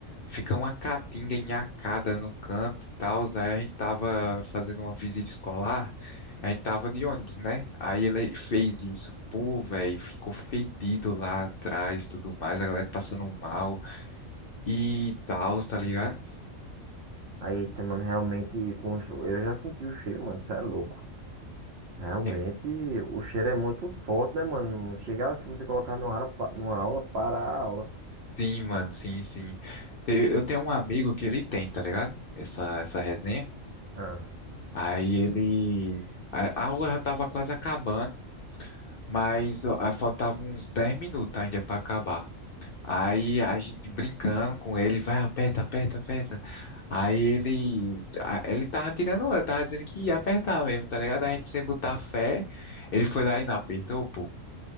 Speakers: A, on the left; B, on the right.
A: Fica uma caatinga enhacada no canto e tal. Aí a gente tava fazendo uma visita escolar, a gente tava de ônibus, né? Aí ele fez isso. Pô, velho, ficou fedido lá atrás e tudo mais, a galera passando mal e tal, tá ligado?
B: Aí, Eita, mano, realmente, com... o che- eu já senti o cheiro, mano, isso é louco. Realmente,
A: Tem-
B: o cheiro é muito forte, né, mano? Chegar, se você colocar numa aula, numa aula, para a aula.
A: Sim, mano, sim, sim. Te- Eu tenho um amigo que ele tem, tá ligado? Essa, essa resenha.
B: Ah,
A: Aí ele. A a aula já tava quase acabando, mas ó, faltava uns 10 minutos ainda pra acabar. Aí a gente brincando com ele, vai, aperta, aperta, aperta. Aí ele, a- ele tava tirando onda, tava dizendo que ia apertar mesmo, tá ligado? A gente sem botar fé, ele foi lá e não apertou, pô.